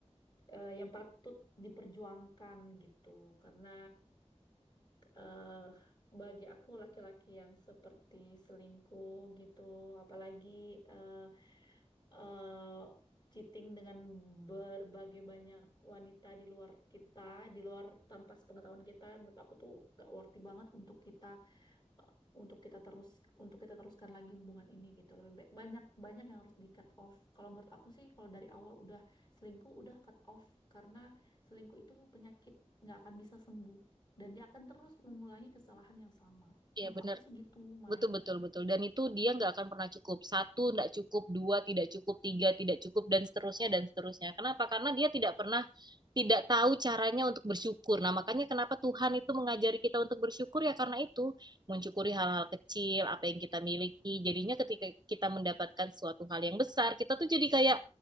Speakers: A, on the left; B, on the right.
A: eh, yang patut diperjuangkan gitu karena eh, bagi aku laki-laki yang seperti selingkuh gitu apalagi eh, eh, cheating dengan berbagai banyak wanita di luar kita, di luar tanpa sepengetahuan kita, menurut aku tuh gak worthy banget untuk kita eh, untuk kita terus untuk kita teruskan lagi hubungan ini gitu lebih baik banyak banyak yang harus di cut off kalau menurut aku sih kalau dari awal udah selingkuh udah cut off karena selingkuh itu penyakit nggak akan bisa sembuh dan dia akan terus mengulangi kesalahan yang sama menurut
B: Iya benar.
A: aku sih gitu Mai
B: Betul, betul, betul. Dan itu dia nggak akan pernah cukup. Satu, nggak cukup. Dua, tidak cukup. Tiga, tidak cukup. Dan seterusnya, dan seterusnya. Kenapa? Karena dia tidak pernah, tidak tahu caranya untuk bersyukur. Nah, makanya kenapa Tuhan itu mengajari kita untuk bersyukur ya karena itu. Mensyukuri hal-hal kecil, apa yang kita miliki. Jadinya ketika kita mendapatkan suatu hal yang besar, kita tuh jadi kayak,